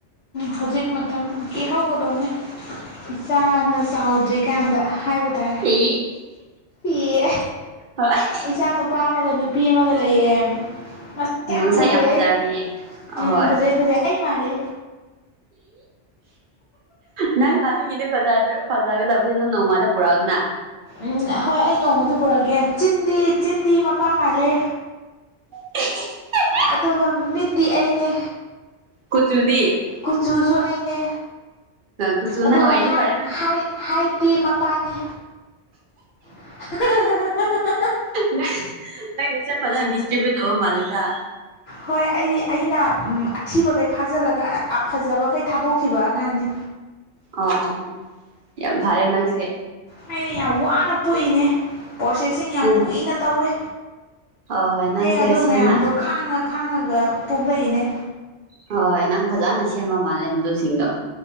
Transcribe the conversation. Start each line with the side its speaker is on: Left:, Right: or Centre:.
Left: ꯍꯧꯖꯤꯛ ꯃꯇꯝ ꯀꯦꯍꯧꯒꯗꯧꯅꯦ ꯏꯆꯥꯅ ꯆꯥꯎꯗ꯭ꯔꯤꯀꯥꯟꯗ ꯍꯥꯏꯕ ꯇꯥꯔꯦ
Right: ꯏ
Left: ꯏꯌꯦ
Right: ꯍꯣꯏ
Left: ꯏꯆꯥ ꯅꯨꯄꯥ ꯑꯃꯒ ꯅꯨꯄꯤ ꯑꯃꯒ ꯂꯩꯌꯦ ꯃꯁꯤ ꯌꯥꯝ
Right: ꯃꯁꯛ
Left: ꯐꯖꯩꯌꯦ
Right: ꯐꯖꯔꯝꯅꯤꯌꯦ ꯑꯍꯣꯏ
Left: ꯎꯝ ꯐꯖꯩ ꯐꯖꯩ ꯑꯩ ꯃꯥꯜꯂꯦ
Right: ꯅꯪ ꯃꯟꯕꯒꯤꯅꯦ ꯐꯖꯕꯗꯣ ꯐꯖꯥꯒꯦꯗꯧꯕꯁꯦ ꯅꯪ ꯅꯣꯡꯃꯗꯤ ꯄꯨꯔꯛꯑꯣꯗꯅ
Left: ꯎꯝ ꯍꯣꯏ ꯑꯩ ꯅꯣꯡꯃꯗꯤ ꯄꯨꯔꯛꯑꯒꯦ ꯆꯤꯟꯗꯤ ꯆꯤꯟꯗꯤ ꯃꯄꯥ ꯃꯥꯜꯂꯦ
Right: <unintelligible>
Left: ꯑꯗꯨꯒ ꯃꯤꯠꯇꯤ ꯑꯩꯅꯦ
Right: ꯀꯨꯆꯨꯗꯤ
Left: ꯀꯨꯆꯨꯖꯨ ꯑꯩ ꯅꯦ
Right: ꯀꯨꯆꯨ
Left: ꯑꯗꯨꯒ
Right: ꯅꯪ ꯑꯣꯏꯔꯗꯤ
Left: ꯍꯥꯏ
Right: ꯐꯔꯦ
Left: ꯍꯥꯢ ꯍꯥꯢꯠꯇꯤ ꯃꯄꯥꯅꯦ <unintelligible>
Right: ꯅꯪꯒꯤ ꯅꯪꯒꯤꯁꯦ ꯐꯖꯅ ꯗꯤꯁꯇꯔꯤꯕꯤꯌꯨꯠ ꯇꯧꯕ ꯃꯥꯜꯂꯦꯗ
Left: ꯍꯣꯏ ꯑꯩ ꯑꯩꯅ ꯑꯊꯤꯕꯈꯩ ꯐꯥꯖꯤꯜꯂꯒ ꯐꯖꯕꯈꯩ ꯊꯥꯗꯣꯛꯈꯤꯕ ꯑꯉꯥꯡꯅꯤ
Right: ꯑꯣ ꯌꯥꯝ ꯐꯔꯦ ꯅꯪꯁꯦ
Left: ꯑꯩꯅ ꯌꯥꯝ ꯋꯥꯅ ꯄꯣꯛꯏꯅꯦ ꯄ꯭ꯔꯣꯁꯦꯁꯤꯡ ꯌꯥꯝ
Right: ꯅꯪ
Left: ꯀꯨꯏꯅ ꯇꯧꯋꯦ
Right: ꯍꯣꯏ ꯍꯣꯏ ꯅꯪꯁꯦ
Left: ꯑꯩ ꯑꯗꯨ
Right: ꯁꯤꯖꯤꯟꯅ
Left: ꯃꯌꯥꯝꯗꯣ ꯈꯥꯡꯉ ꯈꯥꯡꯉꯒ ꯄꯣꯛꯂꯛꯏꯅꯦ
Right: ꯍꯣꯏ ꯅꯪ ꯐꯖꯅ ꯁꯦꯝꯕ ꯃꯥꯜꯂꯦ ꯃꯗꯨꯁꯤꯡꯗꯣ